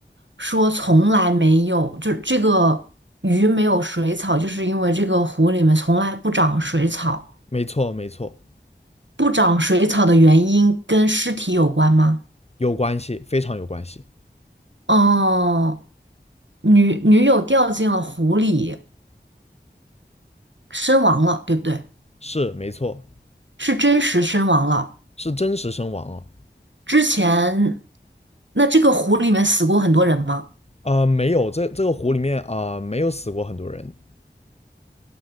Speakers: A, on the right; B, on the left.
A: 说从来没有，就是这个鱼没有水草，就是因为这个湖里面从来不长水草。
B: 没错，没错，
A: 不长水草的原因跟尸体有关吗？
B: 有关系，非常有关系，
A: 哦，女女友掉进了湖里，身亡了，对不对？
B: 是没错，
A: 是真实身亡了。
B: 是真实身亡啊。
A: 之前，那这个湖里面死过很多人吗？
B: 呃，没有，这这个湖里面啊、呃没有死过很多人。